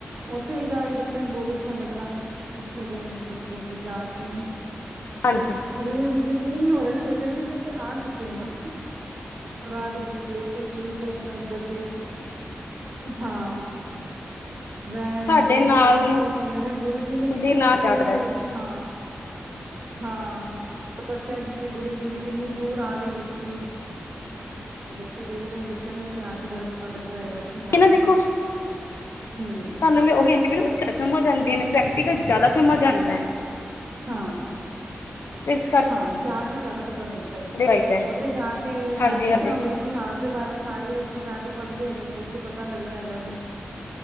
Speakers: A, on the right; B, on the left.
A: ਉੱਥੇ ਵੀ ਜਾਏ ਬਚ ਬੱਚਿਆਂ ਨੂੰ ਬਹੁਤ ਅੱਛਾ ਲੱਗਾ ਆ ਉੱਥੇ ਦੇ ਮਤਲਬ ਕਿ ਜਾ ਕੇ ਏ
B: ਆਜਾ
A: ਫੇਰ ਵੀ ਯਕੀਨ ਨਹੀਂ ਹੋ ਰਿਹਾ ਸੀ ਬੱਚਿਆਂ ਨੂੰ ਕਿ ਅਸੀਂ ਇੱਥੇ ਆ ਚੁੱਕੇ ਆ ਰਾਹ ਦੇ ਵਿੱਚ ਦੇ ਕੇ ਵੀਊਜ ਦੇਖ ਕੇ ਉਦਰ ਦੇ ਏ
B: ਹਮ।
A: ਹਾਂ। ਰਹਿਣ
B: ਸਾਡੇ
A: ਸਹਿਣ
B: ਨਾਲ
A: ਉਹ ਕਹਿੰਦੇ ਨੇ ਗੁਰੂ ਜੀ ਨੇ ਕਿੱਥੇ-ਕਿੱਥੇ
B: ਦੀ ਨਾਲ ਚੜਦਾ ਹੈ
A: ਹਾਂ। ਹਾਂ ਤਪੱਸਿਆ ਕੀਤੀ ਗੁਰੂ ਜੀ ਨੇ ਕਿੰਨੀ ਦੂਰ ਆ ਕੇ ਕੀਤੀ। ਬੱਚੇ ਦੇਖਦੇ ਨੇ ਬੱਚਿਆਂ ਨੂੰ ਇਤਿਹਾਸ ਦੇ ਬਾਰੇ ਪਤਾ ਲੱਗਦਾ ਹੈਗਾ। ਉੱਥੇ ਜਾ
B: ਨਾ ਦੇਖੋ
A: ਕੇ
B: ਤੁਹਾਨੂੰ
A: ਹੂੰ
B: ਉਹੀ ਐਨੀ ਵੀ <unintelligible> ਉਾ ਸਮਮ ਹੋ ਜਾਂਦੀਆਂ ਨੇ ਪ੍ਰੈਕਟੀਕਲ ਜ਼ਿਆਦਾ ਸਮਝ ਆਦਾ ਹੈ,
A: ਹਾਂ
B: ਤੇ ਇਸ ਕਰਕੇ
A: ਹਾਂ ਜਾ ਕੇ ਜਿਆਦਾ ਪਤਾ ਲੱਗਦਾ ਹੈਗਾ,
B: ਚਾਹੀਦਾ
A: ਉਥੇ ਜਾ ਕੇ ਹਾਂ
B: ਹਾਂਜੀ
A: ਲਿਖਿਆ
B: ਹਾਂਜੀ
A: ਹੋਣ ਦਾ ਇਤਿਹਾਸ ਦੇ ਬਾਰੇ ਸਾਰੇ ਉਥੇ ਜਾ ਕੇ ਪੜ੍ਹਦੇ ਹੈਗੇ ਨੇ ਬੱਚੇ ਪਤਾ ਲੱਗਦਾ ਹੈਗਾ ਵੀ